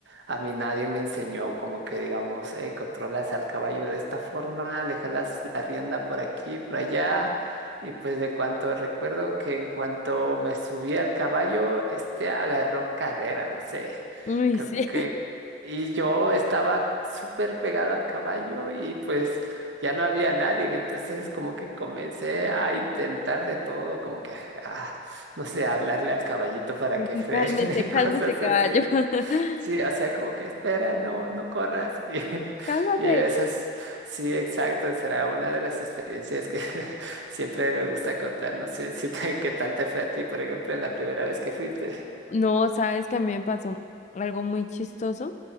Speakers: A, on the right (about 75°); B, on the left (about 35°).
A: a mí nadie me enseñó como que, digamos, eh, controlas al caballo de esta forma, le jalas la rienda por aquí, por allá. Y pues de cuanto recuerdo que en cuanto me subí al caballo, este agarró carrera, no sé,
B: Uy,
A: creo
B: sí.
A: que... Y yo estaba súper pegado al caballo y pues ya no había nadie, entonces como que comencé a intentar de todo, como que... ah, no sé, hablarle al caballito para
B: <laughs>
A: que frene
B: Cálmese,
A: <laughs> y
B: cálmese,
A: cosas
B: caballo.
A: así.
B: <laughs>
A: Sí, o sea, como que espera, no, no corras. Y, <laughs>
B: Cálmate.
A: y eso es, sí, exacto, será una de las experiencias que <laughs> siempre me gusta contar. No sé si te- qué tal te fue a ti, por ejemplo, en la primera vez que fuiste.
B: No, sabes que a mí me pasó algo muy chistoso.